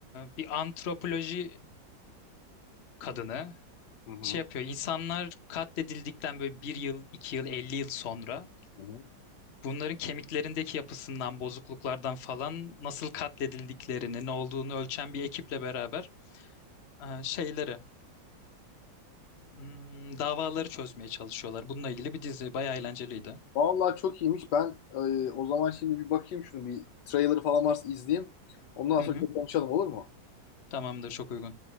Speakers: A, on the left; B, on the left.
A: bir antropoloji kadını
B: Hı hı.
A: şey yapıyor. İnsanlar katledildikten böyle bir yıl, iki yıl, elli yıl sonra
B: Hı hı.
A: bunların kemiklerindeki yapısından, bozukluklardan falan nasıl katledildiklerini, ne olduğunu ölçen bir ekiple beraber e, şeyleri, hmm, davaları çözmeye çalışıyorlar. Bununla ilgili bir dizi. Bayağı eğlenceliydi.
B: Vallahi çok iyiymiş. Ben e, o zaman şimdi bir bakayım şunu bir trailer falan varsa izleyeyim. Ondan
A: Hı
B: sonra
A: hı.
B: bir konuşalım olur mu?
A: Tamamdır, çok uygun.